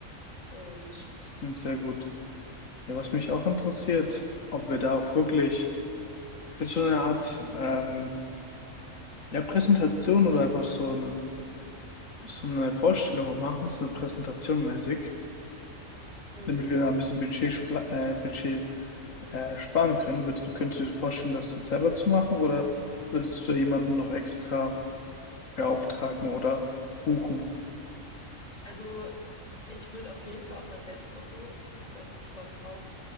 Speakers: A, on the left; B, on the left.
A: und
B: Das ist klingt sehr gut. Ja, was mich auch interessiert, ob wir da auch wirklich für so eine Art ähm, ja, Präsentation oder einfach so ein so eine Vorstellung auch machen, so eine Präsentation mäßig,
A: mh.
B: damit wir da ein bisschen Budget, spla- äh, Budget äh, sparen können. Würd, könntest du dir vorstellen, das dann selber zu machen oder würdest du da jemanden noch extra beauftragen oder buchen?
A: also ich würde auf jeden Fall auch was selbst machen. Hätte ich auch richtig Bock drauf.